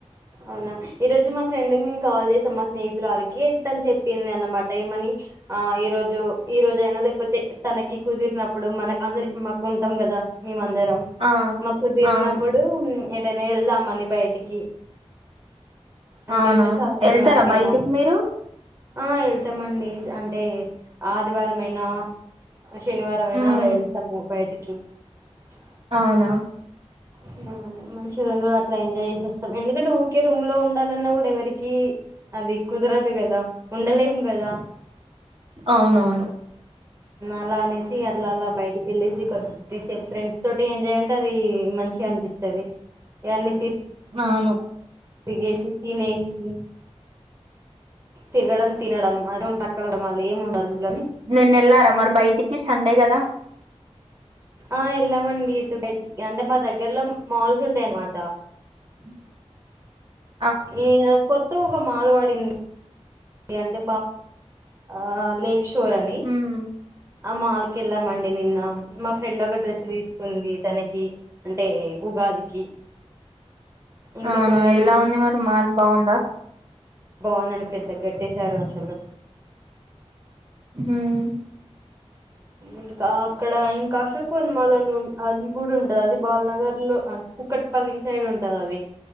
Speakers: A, on the right; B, on the right.
A: అవునా ఈ రోజు మా ఫ్రెండ్ నేను కాల్ చేసాం మా స్నేహితురాలకి తను చెప్పింది అన్నమాట ఏమని ఆ ఈరోోజు ఈ రోజ అయినా లేకపోతే తనకి కుదిరినప్పుడు మనకు అందరి మాకు ఉంటాం కదా మేమందరం
B: ఆ
A: మాకు కుదిరినప్పుడు
B: అవును
A: ఏదైనా వెళ్దాంమని బయటికి అంటే
B: అవునా
A: ఇట్లా చార్మినార్కైనా
B: వెళ్తారా బయటికి మీరు
A: ఆ ఎళ్తామండి అంటే ఆదివారం అయినా శనివారం అయినా
B: ఉమ్
A: అలా వెళ్తాము బయటికి <unintelligible>
B: అవునా
A: హ మంచిగా అలా ఎంజాయ్ చే <inaudible> స్తాం ఎందుకంటే ఊరికే రూమ్ లో ఉండాలన్నా కూడా ఎవరికి అది కుదరదు కదా ఉండలేము కదా
B: అవునవును
A: అలా అనేసి అలా అలా బయటికి వెళ్ళేసి కొద్దిసేపు ఫ్రెండ్స్ తోటి ఎంజాయ్ అంటే అది మంచిగా అనిపిస్తది <unintelligible> తీ
B: అవును
A: తిరగేసి తినేసి తిరగడం తినడం <inaudible> మళ్లీ ఎం ఉండదు అందులోని
B: నిన్న ఎల్లారా బయటికి సండే కదా
A: ఆ ఎళ్లామండి ఇటు బయటి అంటే మా దగ్గర్లో మాల్స్ ఉంటాయన్నమాట.
B: <inaudible>
A: ఈ కొ ఒక మాల్వడింద్ ఏ అంటే ఆ లేక్ష ధోరణి
B: ఉమ్
A: ఆ మాల్కెళ్ళమండి నిన్న మా ఫ్రెండ్ ఒక డ్రెస్ తీసుకుంది తనకి అంటే ఉగాదికి. ఇంకా
B: అవునా
A: కొన్ని
B: ఎలా ఉంది మరీ మాల్ బాగుందా
A: బావుందండి పెద్దగ్గట్టేశారు అసలు
B: హ్ మ్
A: ఇంకా అక్కడ ఇంకా అశోక్ వన్ మాల్ అని అది గుడా ఉంటది అది బాలనగర్లో కూకట్ పల్లి సైడ్ ఉంటది అది